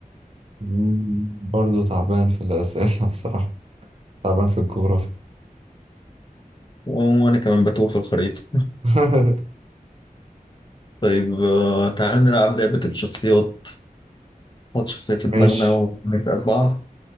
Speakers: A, on the right; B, on the left.
A: مم، برضه تعبان في الأسئلة <laughs> بصراحة تعبان في الجغرافيا
B: وانا كمان بتوه في الخريطة
A: <laughs>
B: طيب آه، تعال نلعب لعبة الشخصيات نحط شخصية في
A: ماشي
B: دماغنا ونسأل بعض